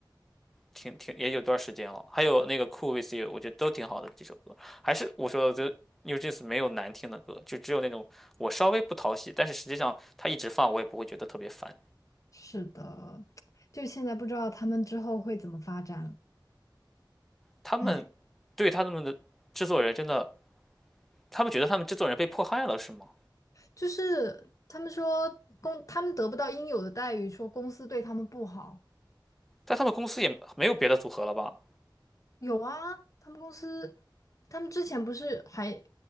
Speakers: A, in the centre; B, on the left.
A: 挺挺也有段时间了。还有那个 Cool with You，我觉得都挺好的几首歌。还是我说的，就 New Jeans 没有难听的歌，就只有那种我稍微不讨喜，但是实际上他一直放我也不会觉得特别烦。
B: 是的，就现在不知道他们之后会怎么发展。
A: 他们
B: 哎，
A: 对他们的制作人真的，他们觉得他们制作人被迫害了是吗？
B: 就是他们说公他们得不到应有的待遇，说公司对他们不好。
A: 但他们公司也没有别的组合了吧？
B: 有啊，他们公司他们之前不是还